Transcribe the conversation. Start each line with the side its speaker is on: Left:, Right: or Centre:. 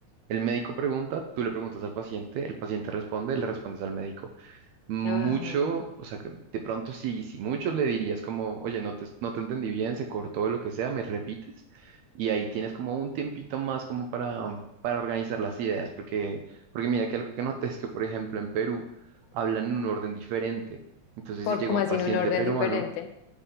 Right: el médico pregunta, tú le preguntas al paciente, el paciente responde, le respondes al médico mucho,
Left: Wow.
Right: o sea, que de pronto sí, si mucho le dirías como, oye, no te, no te entendí bien, se cortó lo que sea, me repites, y ahí tienes como un tiempito más como para, para organizar las ideas, porque, porque mira que algo que noté es que, por ejemplo, en Perú hablan en un orden diferente. Entonces,
Left: Por
Right: si llega
Left: como
Right: un
Left: así
Right: Sí. paciente
Left: en un orden
Right: peruano,
Left: diferente.